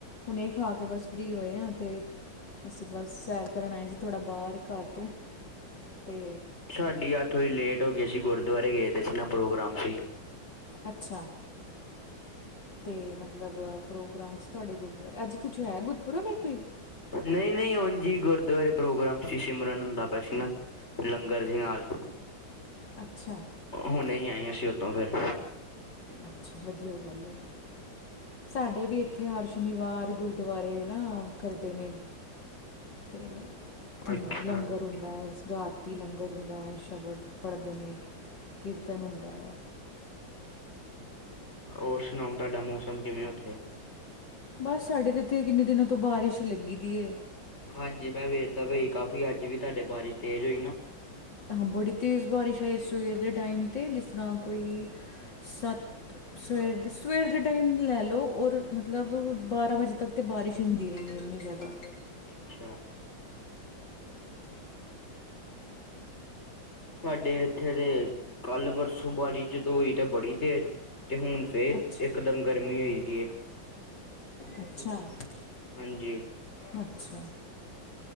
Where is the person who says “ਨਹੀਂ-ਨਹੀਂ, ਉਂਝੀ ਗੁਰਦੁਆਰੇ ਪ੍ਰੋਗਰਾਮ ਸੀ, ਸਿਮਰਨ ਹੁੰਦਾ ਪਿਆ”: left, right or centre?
Left